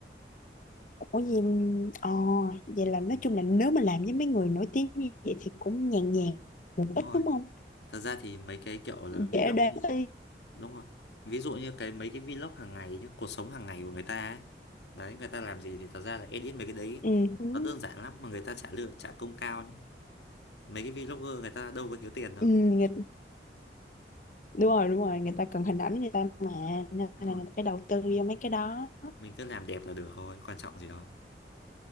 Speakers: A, on the left (about 45°); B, on the left (about 75°).
A: Ủa gì ờ, vậy là nói
B: Ừ,
A: chung là nếu mà làm với mấy người nổi tiếng như vậy thì cũng nhàn nhàn một
B: Đúng
A: ít
B: rồi
A: đúng không?
B: Thật ra thì mấy cái kiểu là vlog
A: Dễ đoán ý.
B: Đúng rồi Ví dụ như cái mấy cái vlog hàng ngày nhá Cuộc sống hàng ngày của người ta ấy Đấy người ta làm gì thì thật ra là edit mấy cái đấy
A: Ừ.
B: Nó đơn giản lắm mà người ta trả lương trả công cao nhá mấy cái vlogger người ta đâu có thiếu tiền đâu
A: Ừ, người, đúng rồi đúng rồi người ta cần hình ảnh người ta mà nên
B: đúng
A: là
B: không
A: người ta phải đầu tư vô mấy cái đó
B: mình cứ làm đẹp là được thôi quan trọng gì đâu